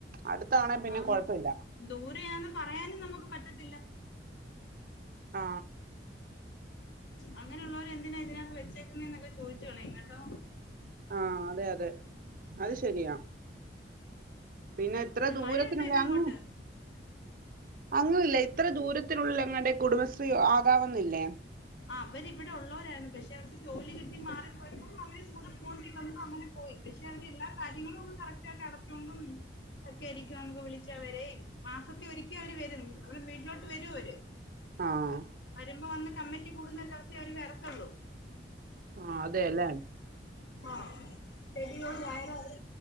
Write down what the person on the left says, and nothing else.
ആന്ന്
ദൂരെയാന്ന് പറയാനും നമുക്ക് പറ്റത്തില്ല
അങ്ങനെയുള്ളോരെന്തിനാ ഇതിനകത്ത് വെച്ചേക്കുന്നെന്നൊക്കെ ചോദിച്ച് കളേം കേട്ടോ
ഉം.
മഴയുണ്ടോ ഇന്ന് അങ്ങോട്ട്
ആ അവരിവിടുള്ളോരായിരുന്നു പഷെ അവർക്ക് ജോലി കിട്ടി മാറിപ്പോയപ്പോ അവര് കൂടെ പോണ്ടി വന്നു അങ്ങനെ പോയി പഷെ അവന് എല്ലാ കാര്യങ്ങളും കറക്റ്റ് ആട്ട് അടച്ചുകൊണ്ട ഒക്കെ ആയിരിക്കും നക്ക് വിളിച്ച അവരെ മാസത്തി ഒരിക്കവര് വരും അവിടെ വീട്ടിലോട്ട് വരും അവര്
വരുമ്പോ വന്ന് കമ്മിറ്റി കൂടുന്ന ദിവസേ അവര് വരത്തുള്ളൂ
ആ <unintelligible>